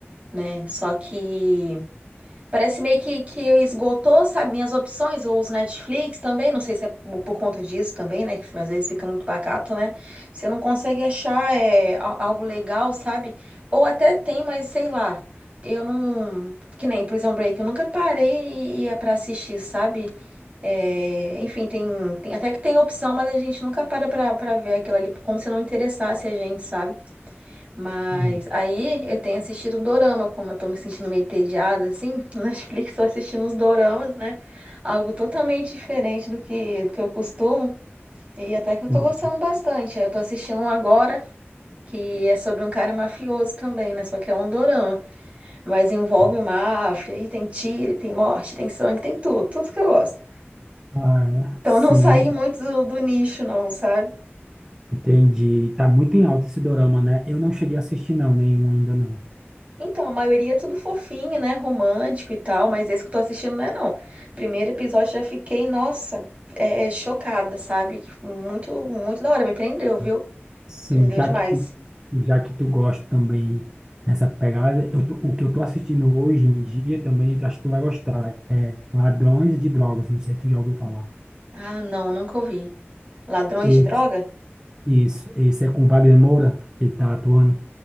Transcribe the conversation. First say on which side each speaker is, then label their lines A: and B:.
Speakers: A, on the right (about 30°); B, on the right (about 15°).
A: né? Só que. Parece meio que, que esgotou, sabe, minhas opções. Eu uso Netflix também, não sei se é por por conta disso também, né? Que às vezes fica muito pacato, né? Você não consegue achar é, a- algo legal, sabe? Ou até tem, mas sei lá. Eu não. Que nem Prison Break, eu nunca parei e ia pra assistir, sabe? É, enfim, tem, tem- até que tem opção, mas a gente nunca para pra, pra ver aquilo ali, como se não interessasse a gente, sabe? Mas
B: Hum,
A: aí eu tenho assistido dorama, como eu tô me sentindo meio entediada, assim, <laughs> no Netflix tô assistindo os doramas, né? Algo totalmente diferente do que, do que eu costumo. E até que eu
B: hum,
A: tô gostando bastante. Eu tô assistindo um agora, que é sobre um cara mafioso também, né? Só que é um dorama. Mas envolve
B: hum.
A: máfia, e tem tiro, e tem morte, tem sangue, tem tudo, tudo que eu gosto.
B: Ah,
A: Então
B: é. sim,
A: eu não saí muito do, do nicho, não, sabe?
B: entendi. Tá muito em alta esse dorama, né? Eu não cheguei a assistir, não, nenhum ainda não.
A: Então, a maioria é tudo fofinho, né? Romântico e tal, mas esse que eu tô assistindo não é, não. Primeiro episódio já fiquei, nossa, é, é, chocada, sabe? Que Muito, muito da hora, me prendeu, viu?
B: É. Sim,
A: Prendeu
B: já
A: demais.
B: que, já que tu gosta também nessa pegada, eu tô- o que eu tô assistindo hoje em dia também, acho que tu vai gostar, é Ladrões de Drogas, não sei se tu já ouviu falar.
A: Ah, não, nunca ouvi. Ladrões
B: Esse-
A: de droga?
B: isso, esse é com Wagner Moura, que tá atuando,